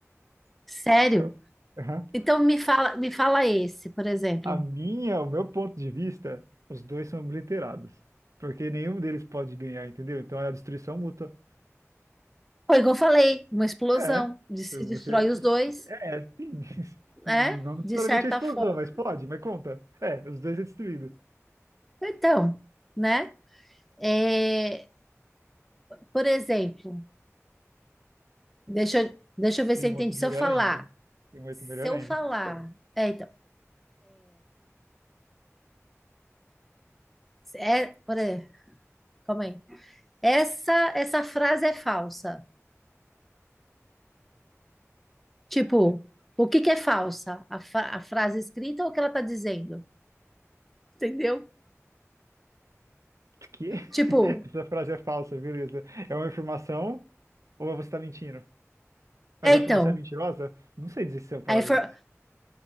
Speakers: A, in the centre; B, on the right.
A: Sério?
B: Então, aham.
A: Então me fala, me fala esse, por exemplo.
B: A minha, o meu ponto de vista, os dois são obliterados. Porque nenhum deles pode ganhar, entendeu? Então é a destruição mútua.
A: Foi igual eu falei, uma explosão,
B: É.
A: de- se
B: Você.
A: destrói os dois,
B: É, é, sim. <laughs>
A: né?
B: Não necessariamente
A: De certa
B: a explosão,
A: forma.
B: mas pode, mas conta. É, os dois é destruído.
A: Então, né? É, por exemplo, deixa, eu- deixa eu ver se
B: Tem
A: eu
B: um
A: entendi.
B: outro
A: Se
B: melhor
A: eu falar,
B: ainda. Tem um outro
A: se
B: melhor
A: eu
B: ainda.
A: falar, é, então, é, por exemplo, calma aí. Essa, essa frase é falsa. Tipo, o que que é falsa? A, fra- a frase escrita ou o que ela tá dizendo? Entendeu?
B: O quê?
A: Tipo,
B: <laughs> Essa frase é falsa, beleza. É uma afirmação ou você está mentindo?
A: é
B: Mas a
A: então,
B: afirmação é mentirosa? Não sei dizer se é um paradoxo.
A: aí infor-